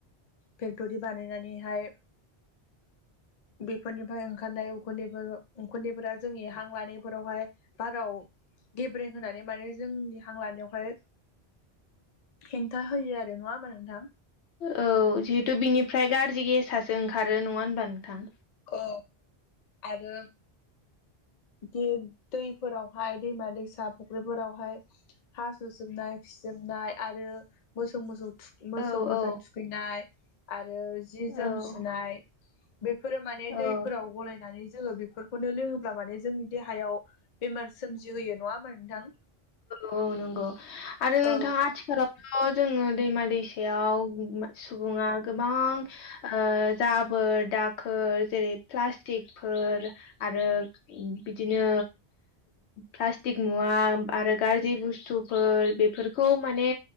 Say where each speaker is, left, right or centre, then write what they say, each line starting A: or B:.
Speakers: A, on the left; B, on the left.
A: फेक्ट'रि बानायनानैहाय बेफोरनिफ्राय ओंखारनाय उखुन्दैफोर उखुन्दैफोरा जोंनि हां लानायफोरावहाय बाराव गेब्रें होनानै माने जोंनि हां लानायावहाय हेंथा होयो आरो नंङा होमबा नोंथां
B: औ जिहेथु बिनिफ्राय गाज्रि गेससो ओंखारो नंङा होनबा नोंथां
A: अ आरो बिदि दैफोरावहाय दैमा दैसा फुख्रिफोरावहाय हा सुजोबनाय फिजोबनाय आरो मोसौ मोसौ मोसौ
B: औ
A: मोसा
B: औ
A: थुखैनाय आरो जि जोम
B: औ
A: सुनाय बेफोरो माने दैफोराव
B: औ
A: गलायनानै जोंङो बेफोरखौनो लोंङोब्ला माने जोंनि देहायाव बेमार सोमजिहोयो नंङा होमा नोंथां
B: औ औ नंगौ आरो नोंथां
A: औ
B: आथिखालाव जोंङो दैमा दैसायाव सुबुंङा गोबां जाबोर दाखोर जेरै प्लास्टिकफोर आरो बिदिनो प्लास्टिक मुवा आरो गाज्रि बुस्थुफोर बेफोरखौ माने